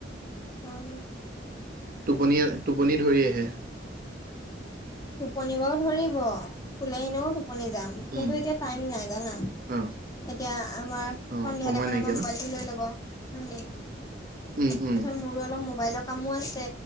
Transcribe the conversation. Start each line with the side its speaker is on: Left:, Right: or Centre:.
Left: অ',
Right: টোপনি - টোপনি ধৰি আহে।
Left: টোপনি বাৰ ধৰিব শুলে এনেও টোপনি যাম
Right: উম,
Left: কিন্তু এতিয়া টাইম নাই জানা।
Right: অ,
Left: তেতিয়া আমাৰ
Right: অ,
Left: সন্ধিয়া
Right: সময়
Left: টাইমত
Right: নাইকিয়া
Left: আমাৰ মবাইলটো
Right: ন?
Left: লৈ ল'ব। উম,
Right: উম, উম,
Left: তাৰপিছত মোৰো অলপ মোবাইলৰ কামো আছে